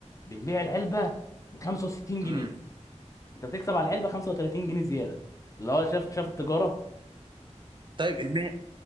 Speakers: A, on the left; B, on the right.
A: بنبيع العلبه ب 65
B: امم
A: جنيه انت بتكسب على العلبه 35 جنيه زياده اللي هو شاف شاف التجاره
B: طيب المهنة